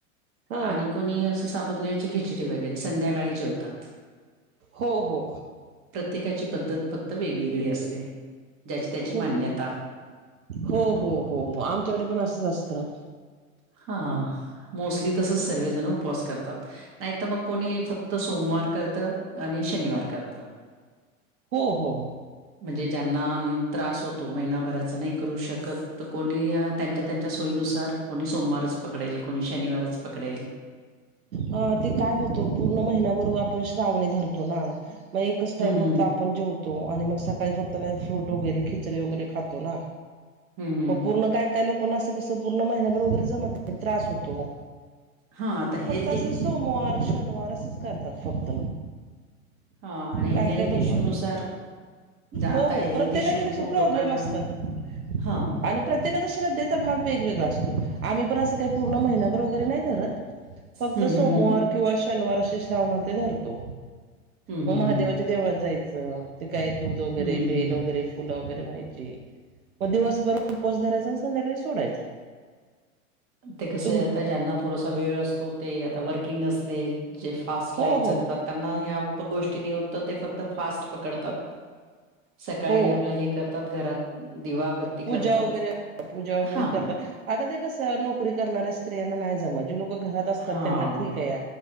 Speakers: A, on the right (about 75°); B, on the right (about 30°).
A: हा
B: आणि कोणी असं साबुदाण्याची खिचडी वगैरे संध्याकाळी जेवतात.
A: हो हो
B: प्रत्येकाची पद्धत फक्त वेगवेगळी असते ज्याची त्याची
A: हो
B: मान्यता.
A: हो हो हो हो आमच्याकडे पण असच असतं
B: हा मोस्टली तसंच सर्वजण उपवास करतात नाहीतर मग कोणी फक्त सोमवार करत. आणि शनिवार करतात.
A: हो हो
B: म्हणजे ज्यांना त्रास होतो महिनाभराचा नाही करू शकत तर कोणी. त्यांच्या त्यांच्या सोयीनुसार कोणी सोमवारच पकडेल कोणी शनिवारच पकडेल
A: हा ते काय होतो पूर्ण महिन्याबरोबर आपण श्रावणी धरतो ना मग एकच टाइम
B: हं,
A: फक्त
B: हं.
A: आपण. आपण जेवतो आणि मग सकाळी फक्त काही फ्रूट वगैरे खिचडे वगैरे खातो ना.
B: हं, हं.
A: मग पूर्ण काय काय लोकांना असं कसं पूर्ण महिन्या भर जमत त्रास होतो.
B: हा आता हे
A: अस सोमवार शनिवार असंच करतात फक्त
B: हा आणि
A: काय
B: हेल्थ
A: काय लोक
B: इश्यूनुसार ज्या
A: हो
B: आता हेल्थ
A: प्रत्येकाचे
B: इश्यू
A: कसै
B: खूप
A: प्रॉब्लेम
B: लोकांना
A: असतात आणि
B: हां.
A: प्रत्य प्रत्येकाचा श्रद्धेचा भाग वेगवेगळा असतो आम्ही पणं अस काही पूर्ण महिनाभर वगैरे नाही धरत फक्त
B: हं,
A: सोमवार
B: हं, हं.
A: किंवा शनिवार असे श्रावणात धरतो
B: हं,
A: मग
B: हं,
A: महादेवा
B: हं.
A: च्या देवळात जायचं ते काय दूध वगैरे
B: हं.
A: बेल वगैरे फुलं वगैरे व्हायची मग दिवसभर उपवास धरायचा आणि संध्याकाळी सोडायचा.
B: ते कस
A: तुम
B: आता ज्यांना थोडासा वेळ असतो ते आता वर्किंग असले जे फास्ट
A: हो
B: लाईफ
A: हो
B: जगतात त्यांना ह्या गोष्टी न होत ते फक्त फास्ट पकडतात सकाळी
A: हो
B: आपलं हे करतात घरात दिवा बत्ती
A: पूजा
B: करतात
A: वगैरे पूजा वगैरे
B: हां.
A: करतात आता ते कसं नोकरी करणाऱ्या स्त्रियांना नाही जमत जे लोक घरात असतात
B: हा
A: त्यांना ठीक आहे.